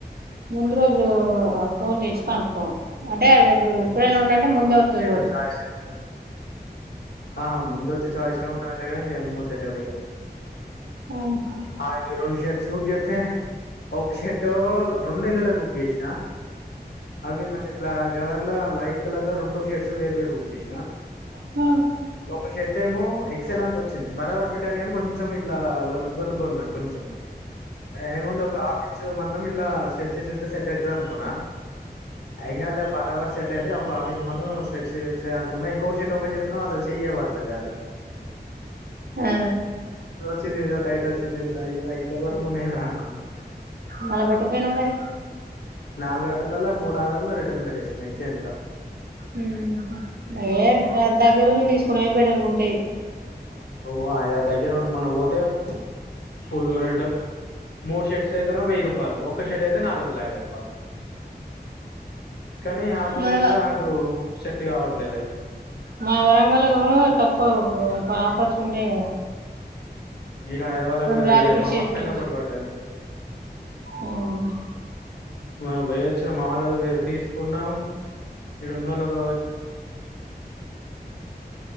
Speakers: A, on the right; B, on the left.
A: ముందు రోజు ఫోన్ చేసితా అనుకో అంటేే ఎప్పుడళ
B: ఎందుకులే
A: ఉన్నంటే
B: అట్లా
A: ముందే
B: ఫోన్
A: వతుంది
B: చేసి
A: పో
B: చాయిస్ ఏం లేదు. ఆ ముందు వచ్చే ఛాయస్ ఎమో కానీ మూ తెలి అద
A: ఓహ
B: అవి రెండు షర్ట్స్ బుక్ చేస్తే ఒక షర్ట్ రెండు ఎల్ లులే బుక్ చేసిన అవి మంచి ద కలర్ లైట్ కలర్లా రెడు షర్ట్స్ వేరు వేరు బుక్ చేసిన
A: హ
B: ఒక షర్ట్ ఏమో ఎక్స ఎల్ అంత వచ్చింది బరాబర్ ఫిట్ అయింది కానీ కొంచెం ఇట్లా అ బలు బ ఉన్నారు కొంచెం ఏముంది ఒక హాఫ్ ఇంచు మందం ఇట్లా స్ట్రెచ్ చేస్ అయితే సెట్ అయితది అనుకున్నా ఎం కాదు లే బార్బర్ సెట్ ఒక హాఫ్ ఇంచ మనం స్ట్రెచ్ చేలే అనుకున్నా ఇంక షట్ ఓపెన్ చేస్తును అసలు చేయ పడతలే యలా
A: ఆ
B: చి ఎదో టైప్ ఇది ఏందీరా అయ్యా ఇట్ల ఘోరంగా ఉన్నాయి అని అనుకున్నాం
A: మల పెట్టపోయిన మరి
B: నాలుగు ఆడలలో మూడు ఆడర్లు రిటర్న్ పెట్టేసి ఎక్స్చేంజ్ లా
A: ఉమ్ ఏ దగ్గరనే తీసుకునే బెటర్గుంటాయి
B: ఓ ఆ ఇగ దగ్గిరుండ్ మొన్న పోతే ఫుల్లు రేటు మూడు షర్ట్స్ అయితేను వెయ్యి రూపాయలు ఒక్క షర్ట్ అయితే నాలుగు వందల యాభై రూపాయలు కానీ ఆ మూడిట్లో
A: మన
B: నాకు షర్ ట్ట్ కావట్లేదు అయి
A: మా వరంగల్లో కూడా తక్కువ ఆఫర్స్ ఉండేయి కదా
B: తీరా హైదరాబాద్ లో కూడా ఇగ
A: వేప
B: ఈ మా
A: చెట్టు
B: పక్కనే ఒకటి పడ్డది
A: ఉమ్
B: మనం పొయ్యొచ్చాం మా వాళ్ళకి తీసుకున్నాం ఇడున్నోళ్ళకి